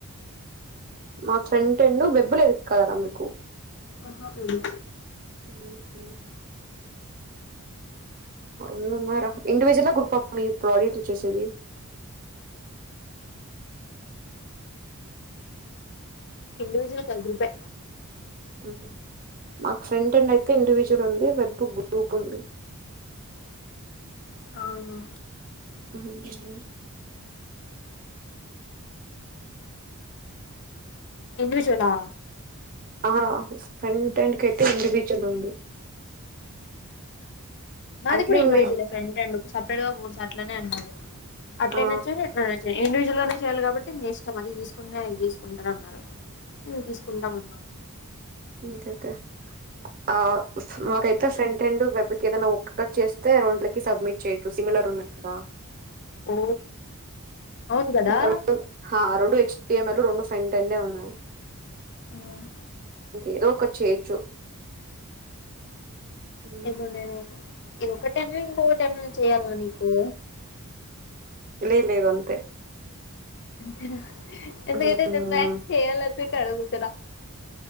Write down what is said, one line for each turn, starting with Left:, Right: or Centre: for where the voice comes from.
Right: మా ఫ్రెంట్ రెండు బెబ్బులు వెబ్ లేదు కదా మీకు
Left: హ తెలీదు
Right: హ రెండున్నర ఇండివిజువల్లా గ్రూపా మీ ప్రాజెక్ట్లు చేసేది.
Left: ఇండివిజువల్ కాదు గ్రూపే.
Right: ఉమ్మ్ మాకు ఫ్రెంట్ ఇన్ అయితే ఇండివిజువల్ ఉంది వెబ్బుక్ గ్రూప్ ఉంది.
Left: అవును
Right: అవునా
Left: ఇండివిజువల్లా
Right: ఆహ్ ఫంట్ ఎండ్కైతే ఇండివిజువల్ ఉంది.
Left: నాది
Right: అట్లే
Left: కూడా ఇడివిజువలే
Right: మే
Left: ఫెంట్ ఎండ్ కు. సపరేట్ గా బూర్స్ అట్లనే అన్నారు. అట్లా
Right: ఆ
Left: నుంచో ఇట్లా నుంచో ఇండ్ ఇలానే చేయాలి కాబట్టి మీ ఇష్టం అది తీసుకునేది ఇది తీసుకుంటార అన్నారు. నువ్వు తీసుకుంటామన్నారు.
Right: ఓకే ఓకే ఆహ్. మాకైతే ఫ్రెంరెండ్ వెబిక్. ఏదైన్న ఒక్కటి చేస్తే రెండ్లకి సబ్మిట్. చైతు సిమిలర్ ఉన్నాయి కదా
Left: ఓ అవును కదా
Right: ఇంకా మొత్తం ఆ రెండు ఇచ్ టిఎంఎల్ రెండు ఫ్రెంటెండ్యే ఉన్నాయి.
Left: ఉమ్
Right: ఎదోకటీ చేయొచ్చు. మ్మ్.
Left: ఏమో నేను. ఇది ఒక్కటైన ఇంకొకటైమైనా చేయాలా నీకు.
Right: లేదు లేదు అంతే.
Left: అంతేన ఎందుకంటే
Right: మ్మ్.
Left: రేపు మ్యాక్స్ చేయాలనిపి కడవు ఇక్కడ